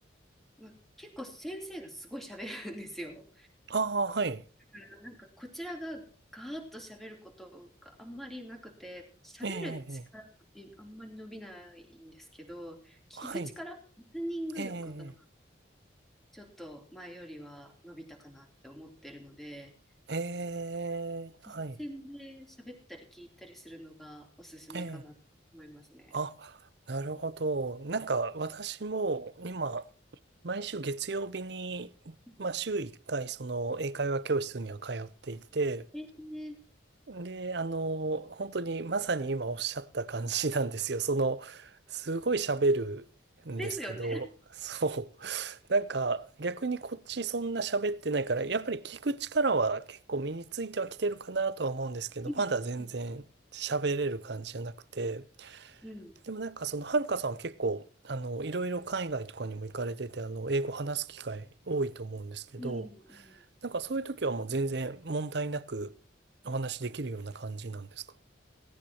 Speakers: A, in the centre; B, on the right.
A: まあ、結構先生がすごい喋るんですよ。
B: ああ、はい。
A: からなんかこちらがガーッと喋ることがあんまりなくて喋る力ってあんまり伸びないんですけど聞く力リスニング力が
B: ええ、はい。ええ、
A: ちょっと前よりは伸びたかなって思ってるので
B: ええ、はい。
A: 実践で喋ったり聞いたりするのがおすすめかなって思いますね。
B: ええあ、なるほど。なんか私も今、毎週月曜日に、
A: うん
B: まあ週1回その英会話教室には通っていて、
A: えーね
B: で、あの、本当にまさに今おっしゃった感じなんですよ。その、すごい喋るんですけど、
A: ですよね。
B: <laughs> そう。なんか逆にこっちそんな喋ってないから、やっぱり聞く力は結構身についてはきてるかなとは思うんですけど、
A: うんうん
B: まだ全然喋れる感じじゃなくて、
A: うん
B: でもなんかその、はるかさんは結構、あの、いろいろ海外とかにも行かれてて、あの、英語話す機会多いと思うんですけど、
A: うんうん
B: なんかそういう時はもう全然問題なくお話しできるような感じなんですか